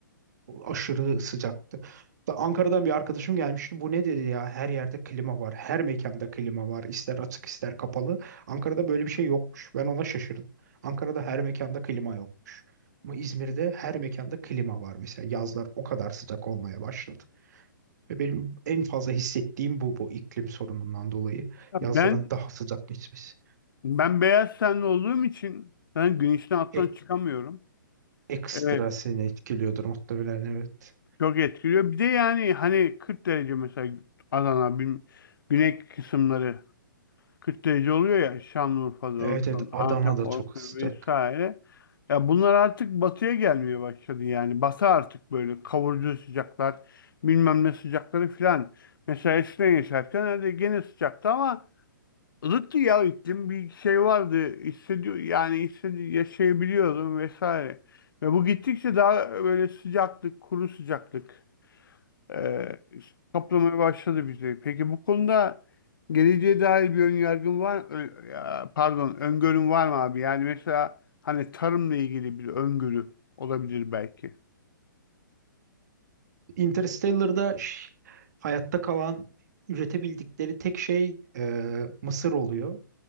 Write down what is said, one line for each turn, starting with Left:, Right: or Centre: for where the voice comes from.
Right: Aşırı sıcaktı. Da Ankara'dan bir arkadaşım gelmişti. Bu ne dedi ya? Her yerde klima var. Her mekanda klima var. İster açık ister kapalı. Ankara'da böyle bir şey yokmuş. Ben ona şaşırdım. Ankara'da her mekanda klima yokmuş. Ama İzmir'de her mekanda klima var mesela. Yazlar o kadar sıcak olmaya başladı. Ve benim en fazla hissettiğim bu bu iklim sorunundan dolayı
Left: Ya
Right: yazların
Left: Ben
Right: daha sıcak geçmesi.
Left: ben beyaz tenli olduğum için ben güneşten alttan
Right: E-
Left: çıkamıyorum.
Right: ekstra
Left: Ee,
Right: seni etkiliyordur muhtemelen evet.
Left: çok etkiliyor. Bir de yani hani 40 derece mesela Adana, bin- güney kısımları 40 derece oluyor ya Şanlıurfa'da
Right: Evet
Left: olsun,
Right: evet Adana'da
Left: Antep olsun
Right: çok sıcak.
Left: vesaire. Ya bunlar artık batıya gelmeye başladı yani. Batı artık böyle kavurucu sıcaklar, bilmem ne sıcakları filan. Mesela eskiden yaşarken öyle gene sıcaktı ama ılıktı ya iklim bir şey vardı hissediyor yani hissedi yaşayabiliyordum vesaire. Ve bu gittikçe daha böyle sıcaklık, kuru sıcaklık e, kaplamaya başladı bizi. Peki bu konuda geleceğe dair bir ön yargın var, ö- ya, pardon, öngörün var mı abi? Yani mesela hani tarımla ilgili bir öngörü olabilir belki.
Right: Interstellar'da ş- hayatta kalan üretebildikleri tek şey e, mısır oluyor